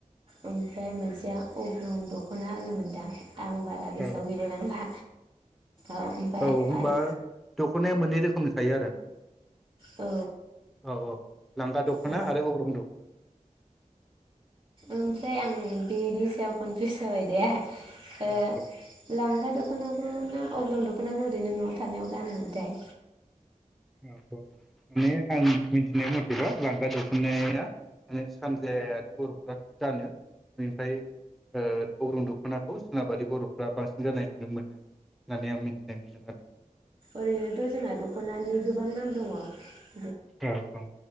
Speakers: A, on the right (about 40°); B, in the centre.
A: ओमफ्राय मोनसेया अग्रं दखना होनो मोनदां आं बारा गोसोआव
B: औ
A: गैलायलांला औ।
B: औ होनबा
A: आरो
B: दखनाया मोननै रोखोमनि थायो आरोना?
A: औ
B: औ औ लांगा दखना
A: औ
B: आरो अग्रं दख
A: ओमफ्राय आं बे नि साया कन्पिउस जाबाय दे ओ
B: औ
A: लांगा द दखनाखौ ना अग्रं दखनाखौ ओरैनो नआव थानायाव जानोमोनथाय?
B: औ माने आं मिथिनाय मथेबा लांगा दखनाया माने सानजायारि बरफ्रा गानो। बेनिफ्राय ओ अग्रं दखनाखौ सोनाबारि बरफ्रा बांसिन गाननाय नुनो मोनो। होननानै आं मिथिनाय मोनदों
A: ओरैहायथ जोंना दखनानि गोबां नामा दङ
B: औ औ।